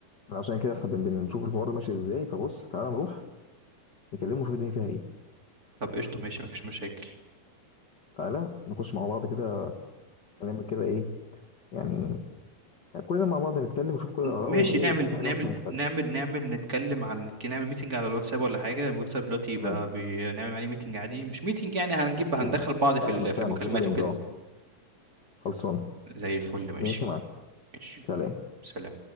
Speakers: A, on the left; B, on the right.
A: أنا عشان كده احنا بن- بنشوف الحوار ده ماشي ازاي فبص تعالى نروح نكلمه ونشوف الدنيا فيها ايه
B: طب قشطة ماشي مفيش مشاكل
A: تعالى نخش مع بعض كده نعمل كده ايه يعني يعني كلنا مع بعض نتكلم نشوف كل آرائهم
B: ماشي
A: إيه
B: نعمل
A: لو يكون في
B: نعمل
A: حاجة مثلا مختلفة
B: نعمل نعمل نتكلم على نعمل ميتنج على الواتساب ولا حاجة الواتساب دلوقتي
A: تمام
B: بقى بنعمل عليه ميتنج عادي مش ميتنج يعني هنجيب
A: أوكي
B: هندخل بعض في
A: فاهمك
B: ال-
A: فاهمك
B: في المكالمات
A: كورينج
B: وكده
A: أه خلصانة
B: زي الفل ماشي
A: ماشي يا معلم
B: ماشي
A: سلام
B: سلام